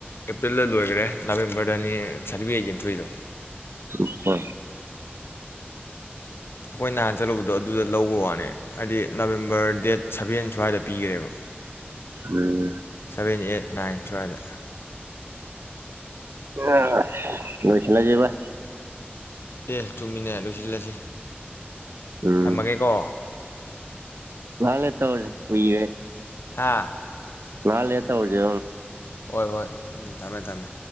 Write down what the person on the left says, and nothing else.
ꯑꯦꯄ꯭ꯔꯤꯜꯗ ꯂꯣꯏꯈ꯭ꯔꯦ ꯅꯕꯦꯝꯕꯔꯗꯅꯤ ꯁꯥꯔꯇꯤꯐꯤꯀꯦꯠ ꯌꯦꯟꯊꯣꯏꯗꯣ
ꯑꯩꯈꯣꯏ ꯅꯍꯥꯟ ꯆꯠꯂꯨꯕꯗꯣ ꯑꯗꯨꯗ ꯂꯧꯕ ꯋꯥꯅꯦ ꯍꯥꯏꯗꯤ ꯅꯕꯦꯝꯕꯔ ꯗꯦꯠ ꯁꯚꯦꯟ ꯁ꯭ꯋꯥꯏꯗ ꯄꯤꯈ꯭ꯔꯦꯕ
ꯁꯚꯦꯟ ꯑꯦꯠ ꯅꯥꯏꯟ ꯁ꯭ꯋꯥꯏꯗ
ꯑꯦ ꯆꯨꯝꯃꯤꯟꯅ ꯂꯣꯏꯁꯤꯜꯂꯁꯤ
ꯊꯝꯃꯒꯦꯀꯣ
ꯍꯥꯥ
ꯍꯣꯏ ꯍꯣꯏ ꯎꯝ ꯊꯝꯃꯦ ꯊꯝꯃꯦ